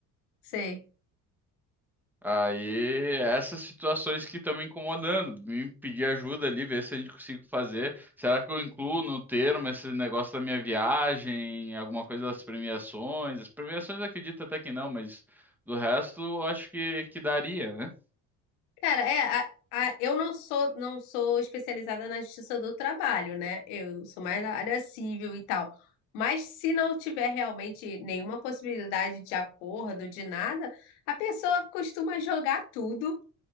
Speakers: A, on the left; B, in the centre.
A: sei.
B: Aí, essas situações que estão me incomodando, me pedir ajuda ali, ver se a gente consigo fazer. Será que eu incluo no termo esse negócio da minha viagem, alguma coisa das premiações? As premiações eu acredito até que não, mas do resto eu acho que, que daria, né?
A: Cara, é, a- a- eu não sou, não sou especializada na justiça do trabalho, né? Eu sou mais na área civil e tal. Mas se não tiver realmente nenhuma possibilidade de acordo, de nada, a pessoa costuma jogar tudo,